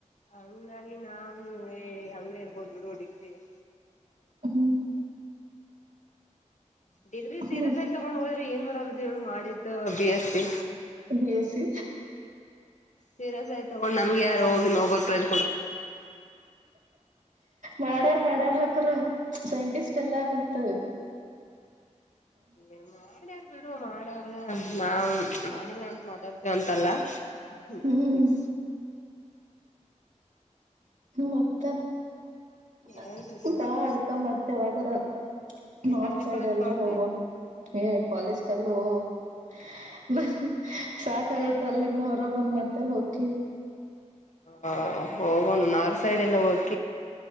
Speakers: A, on the left; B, on the right.
A: ಹಂಗಾಗಿ ನಾನುವೆ... ಹಂಗೆ ಇರ್ಬೋದು ಬಿಡು ಡಿಗ್ರಿ <inaudible>
B: ಹ್ಮ್
A: ಡಿಗ್ರಿ ಸೀರಿಯಸ್
B: ಹ್ಮ್
A: ಆಗಿ ತಗೊಂಡ್ ಹೋದ್ರೆ ಏನ್ ಮಾಡಾರದದು ಹೇಳಿ ಮಾಡಿದ್ದು B S C
B: B S C
A: ಸೀರಸಯ್ತ ತಗೊಂಡ್ ನಮ್ಗೆ ಯಾರ ಹೋಗಿ ನೋಬಲ್ ಪ್ರೈಸ್
B: ಮಾಡಾರ ಮಾಡಾರ್ಲ ಸೈಂಟಿಸ್ಟ್ ಅಲ್ಲಾ ಮತ್
A: <inaudible> ಬಿಡು ಮಾಡವ್ರ ನಾವು ಮಾಡಿಲ್ಲ ಅಂತ ಮಾತಾಡ್ತಿವಂತಲ್ಲ
B: ಹ್ಮ್
A: ಹೋಗ್ತಿಲ್ಲ
B: ಮತ್ತ ಅ
A: ಹೇಳ್ಬೇಕ್ ನೋಡ್
B: ಬಾ ಅದಕ್ಕ ಮತ್ತ ಯಾವದರ
A: ಏನ್
B: ನಾರ್ತ್
A: ಡಿಗ್ರಿ
B: ಸೈಡ್
A: ಕಾಲೇಜ್
B: ಎಲ್ರ
A: ಹೋಗಕ.
B: ಹೋಗೋನ್ ಏ ಕಾಲೇಜ್ ಗಲ್ಲೋ ಹ- ಹ್ಮ- ಸಾಕಾಗೈತ್ ಅಲ್ಲಿಂದ ಹೊರಬಂದ ಮತ್ತೇಲ್ ಹೊಕ್ಕಿ
A: ಹ್ಮಾ--ಹೋಗೋಣ್ ನಾರ್ತ್ ಸೈಡ್ ಎಲ್ಲಿ ರ್